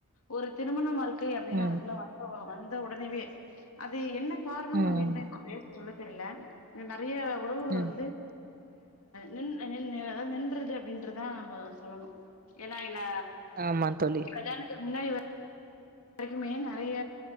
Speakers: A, on the left; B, on the right.
A: ஒரு திருமண வாழ் கி அப்டின்னு
B: ம்
A: அதுக்குள்ள வந்தவொ வந்து த ஒடனவே அது என்ன கார்ணம்
B: ம்
A: அப்டின்னு பேர் சொல்ல தெர்ல ஏன்டா றியள உறவுகள்
B: ம்
A: வந்து நின் நின்றது அப்டின்ருதா சொல்லணு ஏன்னா என்ன
B: ஆமா தோழி
A: கல்யாணத்துக்கு முன்னாடி வரைக்குமே நெறைய